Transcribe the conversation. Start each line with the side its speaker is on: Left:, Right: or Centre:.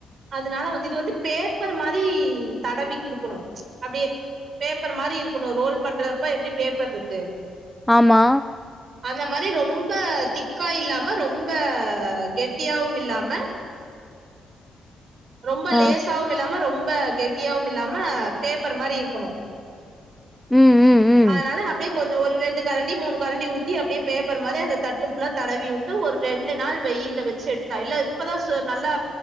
Right: அதனால வந்து இது வந்து பேப்பர் மாரி தடவி குடுக்கணு ச் அப்டியே பேப்பர் மாரி இருக்குணு ரோல் பண்றப்ப எப்டி பேப்பர்ருக்கு
Centre: ஆம்மா
Right: அந்த மாரி ரொம்ப திக்கா இல்லாம ரொம்ப கெட்டியாவும் இல்லாம ரொம்ப
Centre: ஆ
Right: லேசாவும் இல்லாம ரொம்ப கெட்டியாவும் இல்லாம பேப்பர் மாரி இருக்கணு
Centre: ம் ம் ம்
Right: அதனால நா அப்டியே கொஞ்சோ ஒரு ரெண்டு கரண்டி மூணுகரண்டி ஊத்தி அப்டியே பேப்பர் மாரி அந்த தட்டு ஃபுல்லா தடவி விட்டு ஒரு ரெண்டு நாள் வெயில வச் இல்ல இப்பதா நல்லா